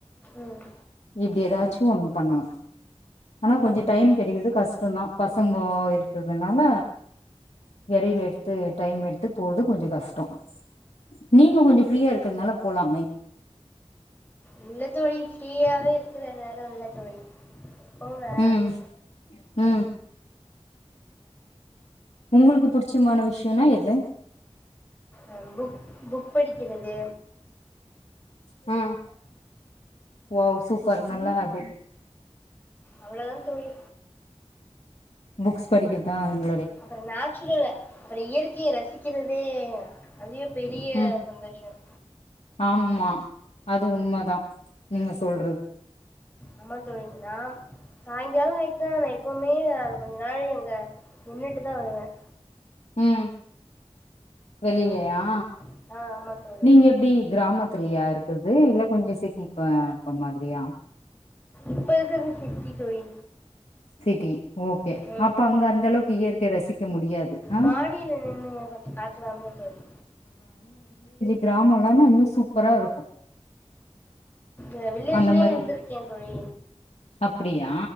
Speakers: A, on the left; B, on the left.
A: ம் ம்
B: இப்படி ஏதாச்சும் ஒண்ணும் பண்ணுவேன் ஆனா கொஞ்சம்
A: அப்டியே
B: டைம் கிடைக்குறது கஷ்டம தான் பசங்க இருக்கிறதுனால இடில எடுத்து டைம் எடுத்து போடுறது கொஞ்சம் கஷ்டம் நீங்க கொஞ்சம் ஃப்ரீயா
A: சரி
B: இருக்கிறதுனால போலாமே
A: நல்ல தோழி ஃப்ரீயாவே இருக்கறதுனால இல்ல தோழி எப்பவு வேலதா
B: உம் உம் உங்களுக்கு புடிச்சமான விஷயம்னா எது
A: வந்து புக் படி கிறது
B: ஹம் உவாவ் சூப்பர் நல்ல ஹாபிட்
A: அவ்ளவுதான் தோழி
B: புக்ஸ் படிக்கிறதான் அவங்
A: அப்புறம் நேச்சுரல அப்புறம் இயற்கையை ரசிக்கிறது அதுவே பெரிய
B: ம்
A: சந்தோஷம்
B: ஆமா அது உண்மை தான் நீங்க சொல்றது
A: ஆமா தோழி நா சாயங்காலம் ஆயிட்டுநா நான் எப்வுமே அது கொஞ்ச நாளி அங்க நின்னுட்டு தான் வருவேன்
B: உம் வெளியிலையா
A: ஆமா ஆ ஆமா தோழி
B: நீங்க எப்டி கிராம ஃப்ரியா இருக்றது இல்ல கொஞ்சம் சிட்டிலகுல்ல இருக்க மாதிரியா
A: இப்ப இருக்கது சிட்டி தோழி
B: சிட்டி ஓகே
A: ம்
B: அப்ப அங்க அந்த அளவுக்கு இயற்க ரசிக்க முடியாது ஆ
A: மாடியில நின்னு கொஞ்சம் காத்து வாங்கலாம் தோழி
B: கிராமம்லாம்னா இன்னும் சூப்பரரா இருக்கும்
A: உம் வில்லேஜ்லயும்
B: அந்த மாரி
A: இருந்திருக்கேன் தோழி
B: அப்டியா